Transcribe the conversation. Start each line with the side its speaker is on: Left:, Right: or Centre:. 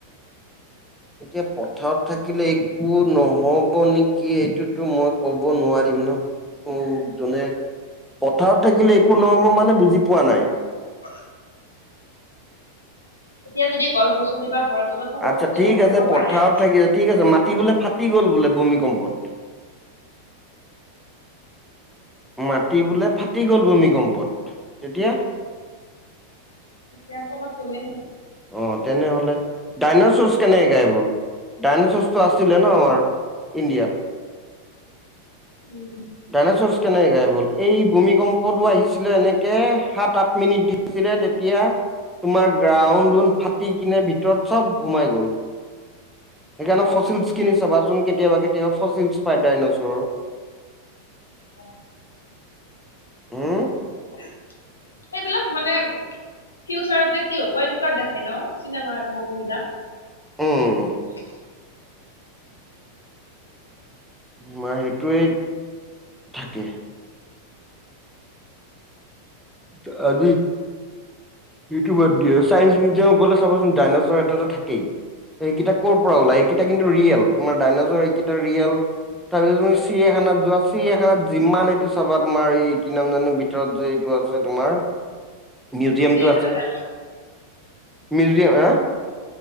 Centre: এতিয়া পথাৰত থাকিলে একো নহ'ব নে কি এইটোতো মই ক'ব নোৱাৰিম ন, মোক যোনে পথাৰত থাকিলে একো নহব মানে বুজি পোৱা নাই?
Left: <unintelligible> তেতিয়া যদি গছ গছনি বা ঘৰ তলত থাকো
Centre: আচ্ছা
Left: ঘৰটো
Centre: ঠিক
Left: ভাঙি
Centre: আছে
Left: যাব
Centre: পথাৰত
Left: পাৰে।
Centre: থাকি ঠিক আছে মাতি বোলে ফাটি গ'ল বোলে ভূমিকম্পত। মাতি বোলে
Left: উম
Centre: ফাটি গ'ল ভূমিকম্পত তেতিয়া?
Left: তেতিয়া কৰবাত গ'লে হ'ল।
Centre: অ', তেনেহ'লে ডাইনছৰ্চ কেনেকে গাইব হ'ল? ডাইনাছৰ্চটো আছিলে ন আমাৰ ইণ্ডিয়াত।
Left: উম।
Centre: ডাইনছৰ্চ কেনেকে গাইব হ'ল, এই ভূমিকম্পটো আহিছিলে এনেকে সাত আঠ মিনিট দি ছিলে তেতিয়া তোমাৰ গ্ৰাউণ্ড উড ফাটি কিনে ভিতৰত চব সোমাই গ'ল। সেইকাৰণে ফচিল্ছচ্
Left: উম
Centre: খিনি চাবাচোন কেতিয়াবা কেতিয়াবা ফচিল্ছচ্ পায় ডাইনচৰৰ।
Left: অ
Centre: উম
Left: <unintelligible> সেইবিলাক মানে ফিউচাৰত যে কি হব এনেকুৱা দেখাই ন চিনেমাৰ মুভবিলাক?
Centre: উম।
Left: <unintelligible>
Centre: তোমাৰ সেইটোৱে থাকে। ত আজি ইউটিউবত দি আছে। চাইন্স মিউজিয়ামত গ'লে চাবচোন ডাইনছৰ এটাটো থাকেই। সেইকেইটা কৰ পৰা ওলাই সেইকেইটা কিন্তু ৰিয়েল তোমাৰ ডাইনজৰ এইকেইটা ৰিয়েল। তাৰপিছত তুমি চিৰিয়াখানাত যোৱা তাৰপিছত তুমি চিৰিয়াখানাত যোৱা চিৰিয়াখানাতছ যিমান এইটো চাবা তোমাৰ এই কি নাম জানো ভিতৰত যে এইটো
Left: মই
Centre: আ
Left: চিৰিয়াখানা
Centre: <unintelligible>
Left: যাম
Centre: ছে তোমাৰ মিউজিয়ামটো আছে, মিউজিয়াম হা?